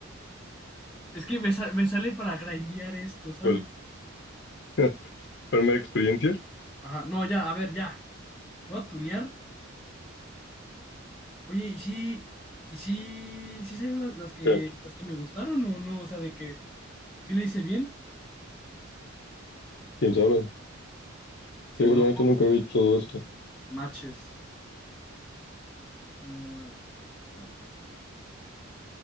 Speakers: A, in the centre; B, on the left.
A: es que me, sa- me sale para grindear esto, ¿sabes?
B: ¿Cuál? <laughs> ¿Primera experiencia?
A: Ajá, no, ya, a ver, ya. Voy a tunear. Oye, ¿y si, y si, si salieron las, las que,
B: Eh,
A: las que me gustaron o no? O sea, de que si le hice bien,
B: ¿Quién sabe?
A: si
B: Digo,
A: no,
B: la neta nunca había hecho todo esto.
A: matches. Ah, ah,